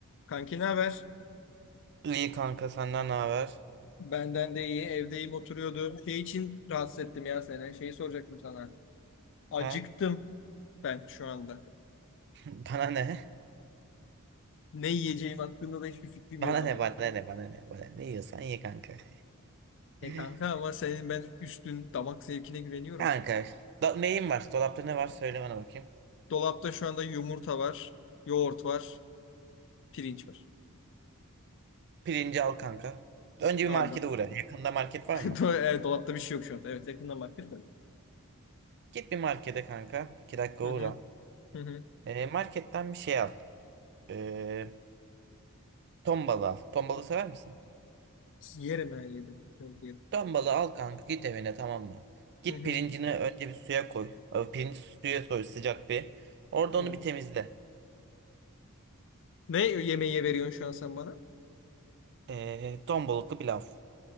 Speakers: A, on the left; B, on the right.
A: Kanki ne haber?
B: İyi kanka senden ne haber?
A: Benden de iyi. Evdeyim oturuyordum. Şey için rahatsız ettim ya seni. Şeyi soracaktım sana. Acıktım
B: Ha?
A: ben şu anda.
B: <laughs> Bana ne?
A: Ne yiyeceğim hakkında da hiçbir fikrim
B: Bana
A: yok ama.
B: ne bana ne bana ne bana ne yiyorsan ye kanka.
A: E
B: <laughs>
A: kanka ama senin ben üstün damak zevkine güveniyorum.
B: Kanka da, neyin var? Dolapta ne var? Söyle bana bakayım.
A: Dolapta şu anda yumurta var, yoğurt var, pirinç var.
B: Pirinci al kanka. Önce
A: Aldım.
B: bir markete uğra. Yakında market var
A: <laughs>
B: mı?
A: Do- e, Dolapta bir şey yok şu anda. Evet yakından baktım. da.
B: Git bir markete kanka. İki dakika
A: Hı
B: uğra.
A: hı hı hı.
B: Ee, marketten bir şey al. Ee, ton balığı al. Ton balığı sever misin?
A: Yerim ben yedim. Evet, yerim.
B: Ton balığı al kanka git evine tamam mı? Git
A: Hı hı.
B: pirincini önce bir suya koy. Ee, Pirinci suya koy sıcak bir. Orada
A: hı.
B: onu bir temizle.
A: Ne yemeği veriyorsun şu an sen bana?
B: Ee, ton balıklı pilav.